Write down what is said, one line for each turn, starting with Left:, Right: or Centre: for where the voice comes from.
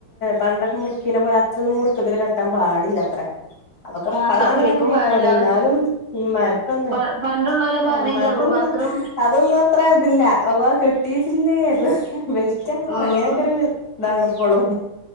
Left: പണ്ടൊക്കെ മുറുക്കീനെ പോലെ അതൃന്നും മുറുക്കത്തില് കെട്ടാൻ പാടില്ലത്ര. <inaudible> അതൊക്കെപ്പളാണ്ങ്ങനെ
Right: ആക്ക് ശരിക്കും
Left: കേക്ക്
Right: പാടില്ല.
Left: ണത് ഇന്നാലും
Right: അത്
Left: ഇമ്മാർക്കൊന്നെ
Right: പ പണ്ടുള്ളോല്
Left: ആഹ്
Right: പറയും
Left: ഇമ്മാർക്കൊന്നും
Right: ഗർഭപാത്രം
Left: അതൊന്നും അത്ര ഇതില്ല അള്ളാ കെട്ടീട്ടില്ലേ ഇത് ബെൽറ്റാണോ
Right: ഉം.
Left: അങ്ങനൊക്കെരു ഇതാണ് ഇപ്പളും